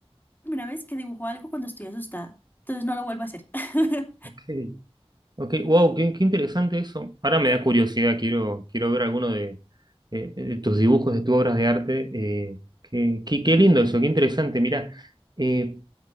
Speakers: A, on the left; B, on the right.
A: la primera vez que dibujo algo cuando estoy asustada, entonces no lo vuelvo a hacer. <laughs>
B: ok. Ok, wow, qué, qué interesante eso. Ahora me da curiosidad, quiero, quiero ver alguno de, de- de tus dibujos, de tus obras de arte. eh, qué, qué- qué lindo eso, qué interesante. Mira, eh,